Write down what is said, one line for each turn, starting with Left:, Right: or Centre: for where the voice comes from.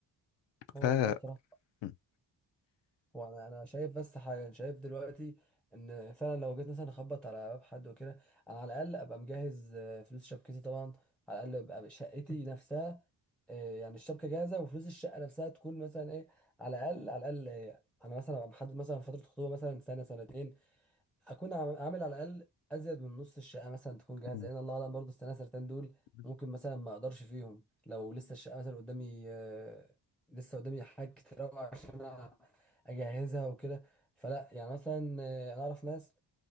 Left: ف
Centre: هو والله بصراحه
Left: م.
Centre: هو انا أنا شايف بس حاجه انا شايف دلوقتي ان فعلا لو جيت مثلا اخبط على باب حد وكده انا على الاقل ابقى مجهز آه، فلوس شبكتي طبعا على الاقل ابقى شقتي نفسها آه، يعني الشبكه جاهزه وفلوس الشقه نفسها تكون مثلا ايه على الاقل على الاقل آه، انا مثلا ابقى محدد مثلا فتره خطوبه مثلا سنه سنتين اكون عم- عامل على الاقل ازيد من نص الشقه مثلا تكون جاهزه
Left: م.
Centre: لان الله اعلم برضه استنى سرتان دول
Left: م.
Centre: ممكن مثلا ما اقدرش فيهم لو لسه الشقه مثلا قدامي آه، لسه قدامي حاجات كتير أوي عشان أنا اجهزها وكده فلا يعني مثلا آه، انا اعرف ناس